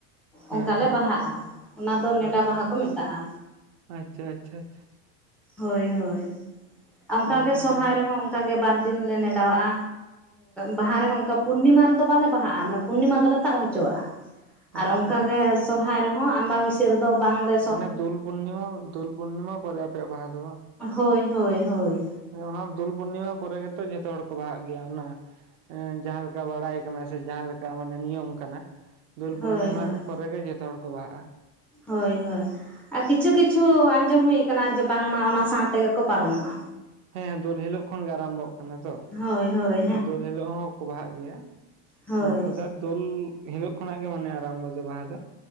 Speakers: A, on the right; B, in the centre.
A: ᱦᱮᱸ
B: ᱚᱱᱠᱟ
A: ᱦᱮᱸ
B: ᱞᱮ ᱵᱟᱦᱟᱜᱼᱟ ᱚᱱᱟ ᱫᱚ ᱱᱮᱰᱟ
A: ᱟᱪᱪᱷᱟ
B: ᱵᱟᱦᱟ ᱠᱚ ᱢᱮᱛᱟᱜᱼᱟ
A: ᱟᱪᱪᱷᱟ ᱟᱪᱪᱷᱟ ᱟᱪᱪᱷᱟ
B: ᱦᱳᱭ ᱦᱳᱭ ᱚᱱᱠᱟ
A: ᱱᱚᱝᱠᱟᱱ
B: ᱜᱮ ᱥᱚᱨᱦᱟᱭ
A: ᱵᱮᱱ
B: ᱨᱮᱦᱚᱸ ᱚᱱᱠᱟ ᱜᱮ ᱵᱟᱨ ᱫᱤᱱ ᱞᱮ ᱱᱮᱰᱟᱣᱟᱜᱼᱟ ᱵᱟᱦᱟ ᱨᱮᱦᱚᱸ ᱚᱱᱠᱟ ᱯᱩᱨᱱᱤᱢᱟ ᱨᱮᱫᱚ ᱵᱟᱞᱮ ᱵᱟᱦᱟᱜᱼᱟ ᱢᱟᱱᱮ ᱯᱩᱨᱱᱤᱢᱟ ᱫᱚᱞᱮ ᱛᱟᱵ ᱦᱚᱪᱚᱣᱟᱜᱼᱟ ᱟᱨ
A: ᱟᱪᱪᱷᱟ
B: ᱚᱱᱠᱟ ᱜᱮ ᱥᱚᱨᱦᱟᱭ ᱨᱮᱦᱚᱸ ᱟᱢᱵᱟ ᱵᱟᱹᱭᱥᱟᱹ ᱨᱮ ᱫᱚ ᱵᱟᱝ ᱞᱮ
A: ᱢᱟᱱᱮ ᱫᱳᱞ ᱯᱩᱨᱱᱤᱢᱟ ᱫᱳᱞ ᱯᱩᱨᱱᱤᱢᱟ ᱯᱚᱨᱮ ᱟᱯᱮᱭᱟᱜ ᱵᱟᱦᱟ ᱫᱚ ᱵᱟᱝ
B: ᱦᱳᱭ ᱦᱳᱭ ᱦᱳᱭ
A: ᱚᱱᱟ ᱫᱳᱞ ᱯᱩᱨᱱᱤᱢᱟ ᱯᱚᱨᱮ ᱜᱮᱛᱚ ᱡᱚᱛᱚ ᱦᱚᱲ ᱠᱚ ᱵᱟᱦᱟᱜ ᱜᱮᱭᱟ ᱚᱱᱟ ᱮ ᱡᱟᱦᱟᱸᱞᱮᱠᱟ ᱵᱟᱲᱟᱭ ᱠᱟᱱᱟ ᱥᱮ ᱡᱟᱦᱟᱸᱞᱮᱠᱟ ᱢᱟᱱᱮ ᱱᱤᱭᱚᱢ ᱠᱟᱱᱟ ᱫᱳᱞ
B: ᱦᱳᱭ
A: ᱯᱩᱨᱱᱤᱢᱟ
B: ᱦᱳᱭ
A: ᱯᱚᱨᱮ ᱜᱮ ᱡᱷᱚᱛᱚ ᱦᱚᱲ ᱠᱚ ᱵᱟᱦᱟᱜᱼᱟ
B: ᱦᱳᱭ ᱦᱳᱭ ᱟᱨ ᱠᱤᱪᱷᱩ ᱠᱤᱪᱷᱩ ᱟᱸᱡᱚᱢ ᱦᱩᱭ ᱟᱠᱟᱱᱟ ᱡᱮ ᱵᱟᱝᱢᱟ ᱚᱱᱟ ᱥᱟᱶᱛᱮ ᱜᱮ ᱠᱚ ᱯᱟᱨᱚᱢᱚᱜᱼᱟ
A: ᱦᱮᱸ ᱫᱳᱞ ᱦᱤᱞᱳᱜ ᱠᱷᱚᱱ ᱜᱮ ᱟᱨᱟᱢᱵᱷᱚᱜ ᱠᱟᱱᱟ ᱛᱚ
B: ᱦᱳᱭ ᱦᱳᱭ
A: ᱦᱮᱸ ᱫᱳᱞ ᱦᱤᱞᱳᱜ ᱦᱚᱸᱠᱚ ᱵᱟᱦᱟᱜ ᱜᱮᱭᱟ
B: ᱦᱳᱭ
A: ᱢᱳᱴ ᱠᱚᱛᱷᱟ ᱫᱳᱞ ᱦᱤᱞᱳᱜ ᱠᱷᱚᱱᱟᱜ ᱜᱮ ᱢᱟᱱᱮ ᱟᱨᱟᱢᱵᱚ ᱫᱚ ᱵᱟᱦᱟ ᱫᱚ